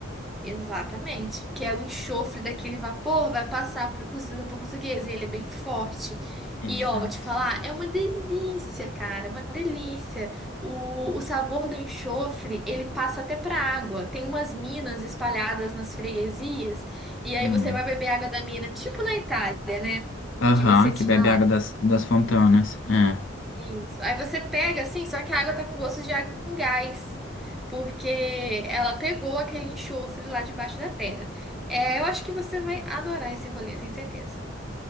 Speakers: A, in the centre; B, on the left.
A: Exatamente, que é o enxofre daquele vapor, vai passar para o cozido portuguesa, e ele é bem forte.
B: Exato.
A: E ó, vou te falar, é uma delícia, cara, é uma delícia. O, o sabor do enxofre, ele passa até para água. Tem umas minas espalhadas nas freguesias, e aí
B: Hum.
A: você vai beber água da mina, tipo na Itália, né?
B: Aham,
A: Que você tinha
B: que bebe
A: lá.
B: água das, das fontanas. É.
A: Isso. Aí você pega assim, só que a água tá com gosto de água com gás, porque ela pegou aquele enxofre lá debaixo da terra. É, eu acho que você vai adorar esse rolê, tenho certeza.